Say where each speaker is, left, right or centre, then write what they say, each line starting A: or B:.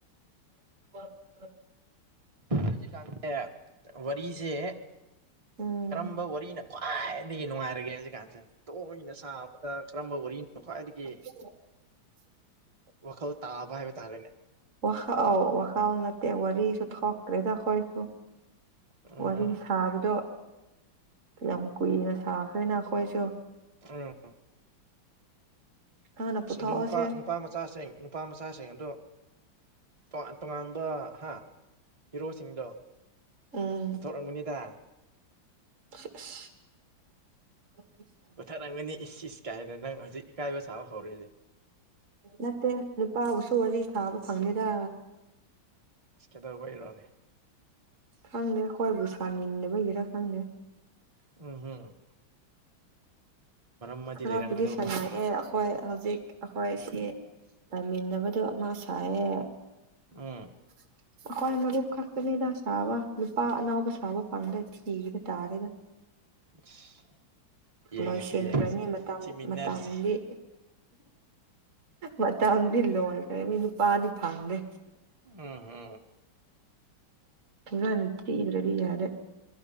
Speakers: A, on the right; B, on the right.
A: <unintelligible>
B: ꯣꯖꯤ ꯀꯥꯟꯗ ꯋꯥꯔꯤꯁꯦ
A: ꯎꯝ
B: ꯀꯔꯝꯕ ꯋꯥꯔꯤꯅ ꯈ꯭ꯋꯥꯏꯗꯒꯤ ꯅꯨꯡꯉꯥꯏꯔꯒꯦ ꯍꯧꯖꯤꯛꯀꯥꯟꯁꯦ ꯇꯣꯛꯅ ꯁꯥꯕꯗ ꯀꯔꯝꯕ ꯋꯥꯔꯤꯅꯣ ꯈ꯭ꯋꯥꯏꯗꯒꯤ
A: <unintelligible>
B: ꯋꯥꯈꯜ ꯇꯥꯕ ꯍꯥꯏꯕ ꯇꯥꯔꯦꯅꯦ
A: ꯋꯥꯈꯥꯎ ꯋꯥꯈꯥꯎ ꯅꯠꯇꯦ ꯋꯥꯔꯤꯁꯨ ꯊꯣꯛꯇ꯭ꯔꯦꯗꯈꯣꯏꯁꯨ
B: ꯎꯝ
A: ꯋꯥꯔꯤ
B: ꯎꯝ
A: ꯁꯥꯕꯗꯣ ꯌꯥꯝ ꯀꯨꯏꯅ ꯁꯥꯈ꯭ꯔꯦꯅ ꯑꯩꯈꯣꯏꯁꯨ
B: ꯎꯝ
A: ꯍꯥꯟꯅ ꯄꯨꯊꯣꯛꯑꯁꯦ
B: ꯑꯗꯨ ꯑꯗꯨ ꯅꯨꯄꯥ ꯅꯨꯄꯥ ꯃꯆꯥꯁꯤꯡ ꯅꯨꯄꯥ ꯃꯆꯥꯁꯤꯡ ꯑꯗꯣ ꯇꯣꯉꯥꯟ ꯇꯣꯉꯥꯟꯕ ꯍꯥ ꯍꯤꯔꯣꯁꯤꯡꯗꯣ
A: ꯎꯝ
B: ꯄꯨꯊꯣꯔꯝꯒꯅꯤꯗ
A: <unintelligible>
B: ꯄꯨꯊꯔꯝꯒꯅꯤ ꯏꯁ ꯏꯁ ꯀꯥꯏꯅ ꯅꯪ ꯍꯧꯖꯤꯛ ꯏꯀꯥꯏꯕ ꯁꯥꯕ ꯍꯧꯔꯤꯅꯦ
A: ꯅꯠꯇꯦ ꯅꯨꯄꯥꯕꯨꯁꯨ ꯋꯥꯔꯤ ꯁꯥꯕ ꯐꯪꯗꯦꯗ
B: ꯀꯦꯗꯕꯩꯔꯣꯅꯦ
A: ꯈꯪꯗꯦ ꯑꯩꯈꯣꯏꯕꯨ ꯁꯥꯅꯤꯡꯗꯕꯒꯤꯔ ꯈꯪꯗꯦ
B: ꯎꯝ ꯍꯝ ꯑꯃꯗꯤ
A: ꯈꯔꯕꯨꯗꯤ
B: ꯂꯩꯔꯝꯒꯗꯧ
A: ꯁꯥꯅꯩꯑꯦ
B: ꯃꯥꯜꯂꯦ
A: ꯍꯣꯏ ꯍꯧꯖꯤꯛ ꯑꯩꯈꯣꯏ ꯁꯤ ꯂꯩꯃꯤꯟꯅꯕꯗꯣ ꯑꯃ ꯁꯥꯏꯌꯦ
B: ꯎꯝ
A: <unintelligible> ꯑꯩꯈꯣꯏ ꯃꯔꯨꯞ ꯈꯛꯇꯅꯤꯗ ꯁꯥꯕ ꯅꯨꯄꯥ ꯑꯅꯥꯎꯕ ꯁꯥꯕ ꯐꯪꯗ꯭ꯔꯦ ꯊꯤꯕ ꯇꯥꯔꯦꯗ
B: <unintelligible> ꯌꯦꯡꯉꯁꯤ
A: ꯂꯣꯏꯁꯤꯟꯈ꯭ꯔꯅꯤ
B: ꯌꯦꯡꯉꯁꯤ
A: ꯃꯇꯝ
B: ꯊꯤꯃꯤꯟꯅꯔꯁꯤ
A: ꯃꯇꯝꯗꯤ ꯃꯇꯝꯗꯤ ꯂꯣꯏꯈ꯭ꯔꯅꯤ ꯅꯨꯄꯥꯗꯤ ꯐꯪꯗꯦ
B: ꯎꯝ ꯍꯝ꯫
A: <unintelligible> ꯏ꯭ꯔꯗꯤ ꯌꯥꯗꯦ